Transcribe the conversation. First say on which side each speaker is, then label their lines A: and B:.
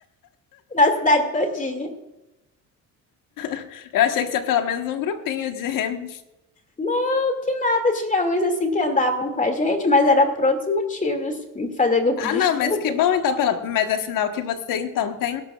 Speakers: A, on the left; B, on the left.
A: <laughs> na cidade todinha.
B: <laughs> Eu achei que tinha pelo menos um grupinho de emos.
A: Não que nada, tinha uns assim que andavam com a gente, mas era por outros motivos. Fazer grupo
B: Ah,
A: de
B: não,
A: estudo.
B: mas que bom, então, pela... mas é sinal que você, então, tem...